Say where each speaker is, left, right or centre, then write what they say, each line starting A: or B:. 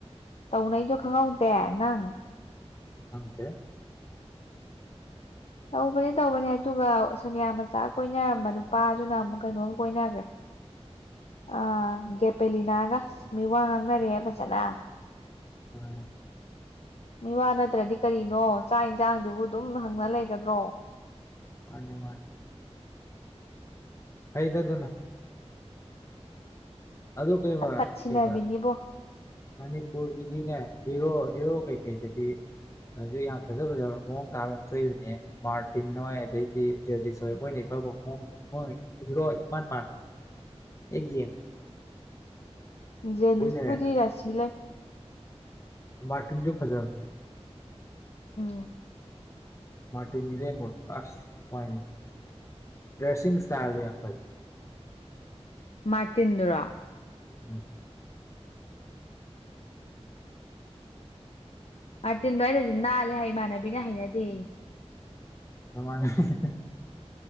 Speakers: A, on the left; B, on the left.
A: ꯇꯧꯅꯩꯗꯣ ꯈꯪꯍꯧꯗꯦ ꯅꯪ
B: ꯈꯪꯗꯦ
A: ꯇꯧꯕꯅꯦ ꯇꯧꯕꯅꯦ ꯑꯗꯨꯒ ꯁꯣꯅꯤꯌꯥ ꯃꯆꯥꯒ ꯀꯣꯏꯅꯔꯝꯕ ꯅꯨꯄꯥꯗꯨꯅ ꯑꯃꯨꯛ ꯀꯩꯅꯣꯒ ꯀꯣꯏꯅꯒ꯭ꯔꯦ ꯑꯥ ꯒꯦꯄꯦꯂꯤꯅꯥꯒ ꯃꯤꯋꯥ ꯉꯥꯡꯅꯔꯦꯍ‌ꯦ ꯐꯖꯅ
B: ꯎꯝ
A: ꯃꯤꯋꯥ ꯅꯠꯇ꯭ꯔꯗꯤ ꯀꯔꯤꯅꯣ ꯆꯥꯛ ꯏꯟꯁꯥꯡꯗꯨꯕꯨ ꯑꯗꯨꯝ ꯍꯪꯅ ꯂꯩꯒꯗ꯭ꯔꯣ
B: ꯃꯥꯟꯅꯤ ꯃꯥꯟꯅꯤ ꯐꯩꯗ ꯑꯗꯨꯅ ꯑꯗꯣ ꯀꯩꯕ
A: ꯐꯠ ꯐꯠ ꯁꯤꯟꯅꯕꯤꯅꯤꯕꯣ
B: ꯀꯩꯕ꯫ ꯃꯅꯤꯄꯨꯔꯒꯤꯗꯤꯅꯦ ꯍꯦꯔꯣ ꯍꯦꯔꯣ ꯀꯩꯀꯩꯗꯗꯤ ꯍꯧꯖꯤꯛ ꯌꯥꯝ ꯐꯖ ꯐꯖꯕ ꯃꯑꯣꯡ ꯇꯥꯕ ꯌꯥꯝ ꯊꯣꯛꯏꯕꯅꯤꯍ‌ꯦ ꯃꯥꯔꯇꯤꯟ ꯍꯣꯏ ꯑꯗꯩꯗꯤ ꯖꯦꯂꯤꯁ ꯍꯣꯏ ꯃꯣꯏꯅ ꯏꯄꯕꯣꯡ <unintelligible> ꯃꯣꯡ ꯃꯣꯏ ꯍꯤꯔꯣ ꯏꯃꯥꯟ ꯃꯥꯟ ꯍꯦꯛ ꯌꯦꯡꯕꯗ
A: ꯖꯦꯂꯤꯁꯄꯨꯗꯤ
B: ꯂꯩꯔꯦꯅ
A: ꯔꯥꯁꯤ ꯂꯩ꯫
B: ꯃꯥꯔꯇꯤꯟꯖꯨ ꯐꯖꯕꯅꯦꯍ‌ꯦ
A: ꯎꯝ
B: ꯃꯥꯔꯇꯤꯟ ꯏꯔꯦꯡꯕꯝꯗꯣ ꯑꯁ ꯃꯥꯏ ꯍꯥꯏꯗꯤ ꯗ꯭ꯔꯦꯁꯤꯡ ꯏꯁꯇꯥꯥꯏꯜ ꯌꯥꯝ ꯐꯖꯩ
A: ꯃꯥꯔꯇꯤꯟꯗꯨꯔꯣ
B: <unintelligible>
A: ꯃꯥꯔꯇꯤꯟꯗꯣ ꯑꯩꯅꯗꯤ ꯅꯥꯜꯂꯦ ꯍꯥꯏ ꯏꯃꯥꯟꯅꯕꯤꯅ ꯍꯩꯅꯗꯦꯌꯦ
B: ꯅꯃꯅꯕꯤ <unintelligible>